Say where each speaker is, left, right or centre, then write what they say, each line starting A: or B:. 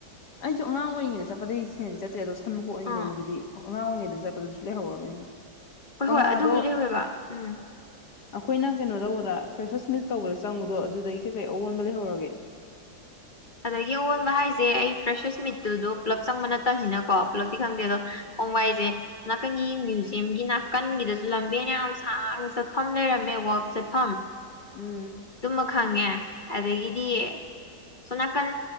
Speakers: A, on the left; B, on the left.
A: ꯑꯩꯁꯨ ꯑꯉꯥꯡ ꯑꯣꯏꯔꯤꯉꯩꯗ ꯆꯠꯄꯗꯒꯤ ꯑꯩ ꯁꯦꯟ ꯆꯦ ꯇꯦꯗ ꯁꯟ ꯃ ꯀꯣꯛꯑꯅꯤꯂꯣꯡꯕꯗꯨꯗꯤ
B: ꯑꯥ
A: ꯑꯉꯥꯡ ꯑꯣꯏꯔꯤꯉꯩꯗ ꯆꯠꯄꯗꯨꯗꯁꯨ ꯂꯩꯍꯧꯔꯕꯅꯤꯅ
B: ꯍꯣꯏ
A: ꯀꯪꯂꯥꯗꯣ
B: ꯍꯣꯏ ꯑꯗꯨꯕꯨꯗꯤ ꯂꯩ ꯍꯧ ꯌꯦꯕ ꯎꯝ
A: ꯑꯩꯈꯣꯏꯅ ꯀꯩꯅꯣ ꯇꯧꯕꯗ ꯐ꯭ꯔꯦꯁꯁ ꯃꯤꯠ ꯇꯧꯕꯗ ꯆꯪꯕꯗꯣ ꯑꯗꯨꯗꯒꯤ ꯀꯩꯀꯩ ꯑꯑꯣꯟꯕ ꯂꯩꯍꯧꯔꯒꯦ
B: ꯑꯗꯒꯤ ꯑ ꯑꯣꯟꯕ ꯍꯥꯏꯁꯦ ꯑꯩ ꯐ꯭ꯔꯦꯁꯦꯁ ꯃꯤꯠꯇꯨꯗꯣ ꯄꯨꯂꯞ ꯆꯪꯕ ꯅꯠꯇꯝꯅꯤꯅꯀꯣ ꯄꯨꯜꯂꯞ ꯇꯤ ꯈꯪꯗꯦ ꯑꯗꯣ
A: ꯎꯝ
B: ꯑꯍꯣꯡꯕꯥ ꯍꯥꯏꯁꯦ ꯅꯥꯀꯟꯒꯤ ꯃ꯭ꯌꯨꯖꯝꯒꯤ ꯅꯥꯀꯟꯒꯤꯗꯁꯨ ꯂꯝꯕꯦꯟ ꯌꯥꯝ ꯁꯥꯡꯅ ꯆꯠꯐꯝ ꯂꯩꯔꯝꯃꯦ ꯋꯥꯛ ꯆꯠꯐꯝ
A: ꯎꯝ
B: ꯇꯨꯃ ꯈꯪꯉꯦ ꯑꯗꯒꯤꯗꯤ ꯁꯣꯝ ꯅꯥꯀꯟ